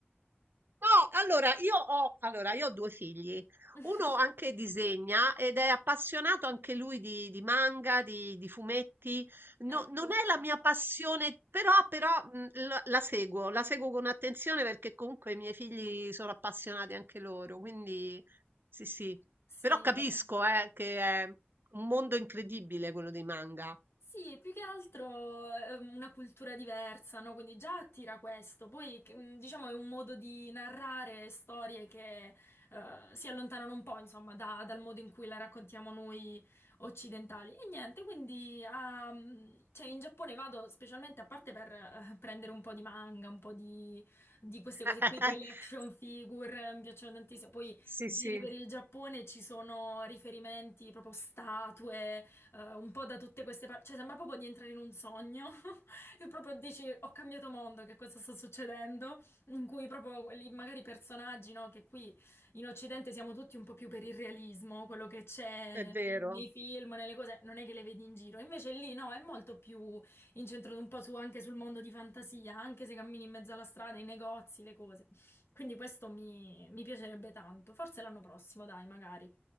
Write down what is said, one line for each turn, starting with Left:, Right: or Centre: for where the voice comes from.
Right: No, allora io ho, allora, io ho due figli.
Left: <laughs>
Right: Uno anche disegna ed è appassionato anche lui di, di manga, di, di fumetti. No-
Left: Ecco,
Right: non è la mia passione, però, però, mh, la, la seguo, la seguo con attenzione perché comunque i miei figli sono appassionati anche loro. Quindi sì, sì.
Left: sì,
Right: Però capisco,
Left: vabbè.
Right: eh, che è un mondo incredibile quello dei manga.
Left: Sì, più che altro è una cultura diversa, no? Quindi già attira questo. Poi, che, mh, diciamo, è un modo di narrare storie che eh, si allontanano un po', insomma, da- dal modo in cui la raccontiamo noi occidentali. E niente, quindi ah, mh, cioè, in Giappone vado specialmente a parte per eh, prendere un po' di manga, un po' di, di queste cose
Right: <laughs>
Left: qui. Poi le action figure eh, mi piacciono tantissimo. Poi
Right: Sì,
Left: giri
Right: sì,
Left: per il Giappone, ci sono riferimenti, proprio statue eh, un po' da tutte queste parti, cioè sembra proprio di entrare in un sogno <laughs> e proprio dici ho cambiato mondo, che cosa sta succedendo? In cui proprio quelli magari personaggi, no? Che qui in Occidente siamo tutti un po' più per il realismo, quello che c'è
Right: è vero.
Left: nei, nei film, nelle cose, non è che le vedi in giro. Invece lì no, è molto più incentrato un po' su- anche sul mondo di fantasia, anche se cammini in mezzo alla strada, i negozi, le cose. Quindi questo mi, mi piacerebbe tanto. Forse l'anno prossimo, dai, magari.